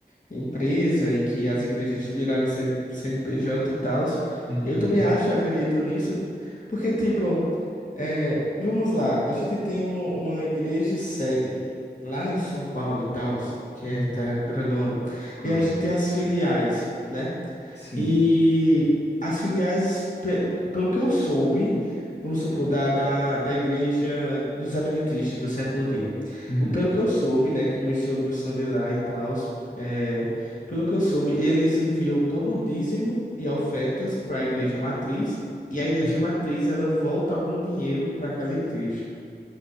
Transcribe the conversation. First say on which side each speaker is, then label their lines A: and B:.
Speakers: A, on the left (about 50°); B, on the left (about 80°).
A: empresa e que as igrejas viraram CN CNPJ e tal.
B: Uhum,
A: Eu também acho, acredito nisso, porque, tipo, é, vamos lá, a gente tem um- uma igreja sede lá em São Paulo e tal, que
B: uhum,
A: é terra grandona,
B: Correto.
A: e a gente tem as filiais. né?
B: Sim.
A: E as filiais, pe- pelo que eu soube, vamos supor, da, da, da Igreja dos Adventistas do Sétimo Dia.
B: uhum,
A: O- Pelo que eu soube, né, que meus sogros são de lá e tal, é, pelo que eu soube, eles enviam todo o dízimo e ofertas para a Igreja Matriz. E a Igreja
B: uhum.
A: Matriz, ela volta algum dinheiro para aquela igreja.